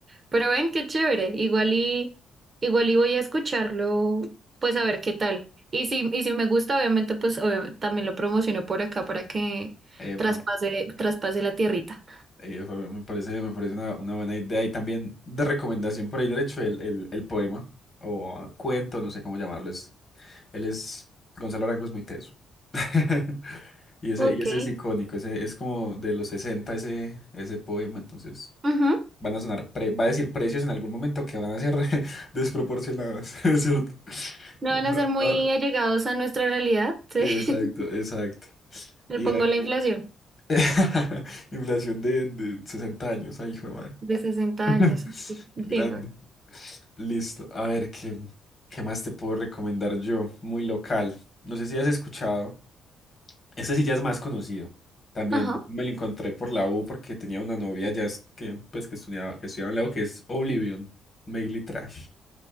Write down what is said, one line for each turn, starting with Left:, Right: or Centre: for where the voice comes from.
Right: Pero ven, qué chévere. Igual y, igual y voy a escucharlo, pues a ver qué tal. Y si, y si me gusta, obviamente, pues obvia- también lo promociono por acá para que
Left: Epa.
Right: traspase, traspase la tierrita.
Left: Eh, fue- me parece, me parece una, una buena idea y también de recomendación por ahí derecho el, el, el poema o cuento, no sé cómo llamarlo. Es, él es, Gonzalo Arango es muy teso. <laughs> Y ese,
Right: Ok.
Left: y ese es icónico, ese es como de los 60 ese, ese poema, entonces
Right: Ujú.
Left: van a sonar, pre- va a decir precios en algún momento que van a ser <laughs> desproporcionados, <laughs> es ¿cierto?
Right: No
Left: <laughs>
Right: van a ser muy
Left: Ah,
Right: allegados a nuestra realidad. Sí.
Left: Exacto,
Right: <laughs>
Left: exacto.
Right: Le
Left: Y
Right: pongo
Left: a-
Right: la inflación
Left: <laughs> inflación de, de 60 años, ahí hijo de madre.
Right: de 60
Left: <laughs>
Right: años. ok.
Left: Grande.
Right: Sí.
Left: Listo. A ver, ¿qué, qué más te puedo recomendar yo? Muy local. No sé si has escuchado. Ese sí ya es más conocido. También
Right: Ajá.
Left: me lo encontré por la U porque tenía una novia ya es- que, pues, que estudiaba, que estudiaba en la U, que es Oblivion, Mainly Trash.